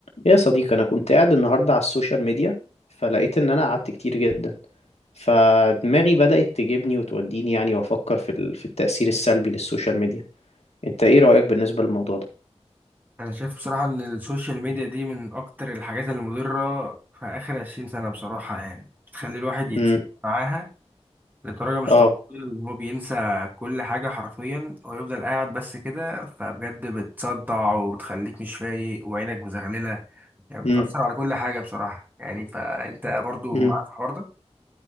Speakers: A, on the left (about 75°); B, on the right (about 15°).
A: يا صديقي أنا كنت قاعد النهاردة على السوشيال ميديا فلقيت إن أنا قعدت كتير جدا فدماغي بدأت تجيبني وتوديني يعني وأفكر في ال- في التأثير السلبي للسوشيال ميديا أنت إيه رأيك بالنسبة للموضوع ده؟
B: انا شايف بصراحة ان السوشيال ميديا دي من اكتر الحاجات المضرة في اخر عشرين سنة بصراحة يعني بتخلي الواحد يتسحب
A: امم
B: معاها لدرجة مش
A: اه
B: طبيعية ان هو بينسى كل حاجة حرفيا ويفضل قاعد بس كده فبجد بتصدع وبتخليك مش فايق وعينك مزغللة يعني بتأثر
A: امم
B: على كل حاجة بصراحة يعني فانت برضو
A: امم
B: معاك الحوار ده